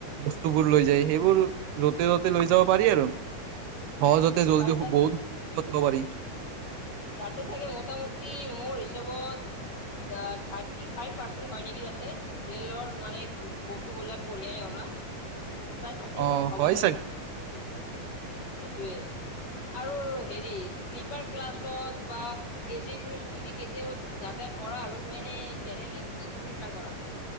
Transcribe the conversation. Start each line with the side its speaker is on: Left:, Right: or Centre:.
Right: বস্তুবোৰ লৈ যায় সেইবোৰ য'তে য'তে লৈ যাব পাৰি আৰু। সজতে
Left: যে
Right: জল্দি
Left: পাৰি তাত
Right: বহুতব পাৰি।
Left: তাতে চাগে মোটামুটি মোৰ হিচাপত দা থাৰ্টি ফাইভ পাৰ্চেন্ট হয় নেকি তাতে, ৰেলৰ মানে বস্তুবলাক কঢ়িয়াই অনা। প্ৰায় থাৰ্টি ফভ
Right: অ
Left: পাৰ্চেণ্ট হব
Right: হয়
Left: চাগে সেইটোৱে আৰু হেৰি শ্লিপাৰ ক্লাছ ত বা এ চি তুমি যদি কেতিয়াবা যাতায়াত কৰা আৰু মানে জেনেৰেলি কিটো বিভাগত কৰা তুমি।